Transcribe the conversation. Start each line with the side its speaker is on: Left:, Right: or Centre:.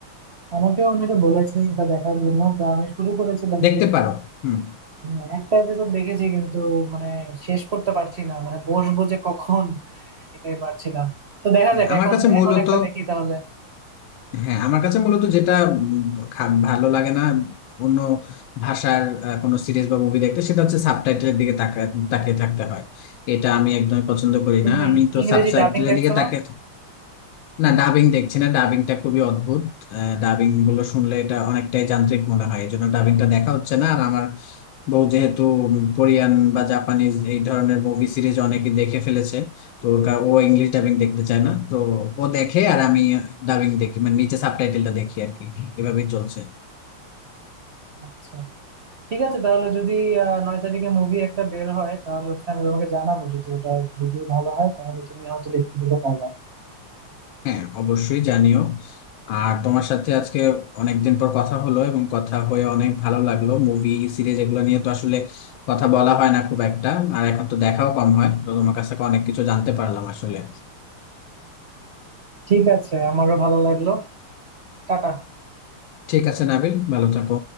Right: আমাকে অনেকে বলেছে এটা দেখার জন্য তো আমি শুরু করেছিলাম
Left: দেখতে
Right: কিন্তু,
Left: পারো হুম
Right: হ্যাঁ, একটা এপিসোড দেখেছি কিন্তু মানে শেষ করতে পারছি না মানে বসবো যে কখন এটাই পারছিলাম তো দেখা যাক
Left: আমার
Right: এখন
Left: কাছে মূলত
Right: এখন একটা দেখি তাহলে
Left: হ্যাঁ আমার কাছে মূলত যেটা উম খা- ভালো লাগে না অন্য ভাষার আহ, কোনো সিরিজ বা মুভি দেখতে সেটা হচ্ছে সাবটাইটেলের দিকে তাকা- তাকিয়ে থাকতে হয় এটা আমি একদমই পছন্দ করি
Right: তুমি
Left: না আমি তো
Right: ইংরেজি
Left: সাবটাইটেলের
Right: ডাবিং দেখছো
Left: দিকে
Right: না
Left: তাকিয়ে না ডাবিং দেখছি না ডাবিংটা খুবই অদ্ভুত ডাবিং গুলো শুনলে এটা অনেকটাই যান্ত্রিক মনে হয় এই জন্য ডাবিংটা দেখা হচ্ছে না আর আমার বউ যেহেতু কোরিয়ান বা জাপানিজ এই ধরনের মুভি সিরিজ অনেকে দেখে ফেলেছে তো ওর কা- ও ইংলিশ ডাবিং দেখতে চায় না তো ও দেখে আর আমি ডাবিং দেখি মানে নিচে সাবটাইটেলটা দেখি আর কি এভাবেই চলছে
Right: আচ্ছা ঠিক আছে তাহলে যদি আহ, নয় তারিখে মুভি একটা বের হয় তাহলে হচ্ছে আমি তোমাকে জানাবো যদি ওটা রিভিউ ভালো হয় তাহলে তুমি হয়তো দেখতে যেতে পারবা
Left: হ্যাঁ অবশ্যই জানিও আর তোমার সাথে আজকে অনেকদিন পর কথা হলো এবং কথা হয়ে অনেক ভালো লাগলো মুভি সিরিজ এগুলো নিয়ে তো আসলে কথা বলা হয় না খুব একটা আর এখন তো দেখাও কম হয় তো তোমার কাছ থেকে অনেক কিছু জানতে পারলাম আসলে
Right: ঠিক আছে আমারও ভালো লাগলো টাটা
Left: ঠিক আছে নাবিল ভালো থাকো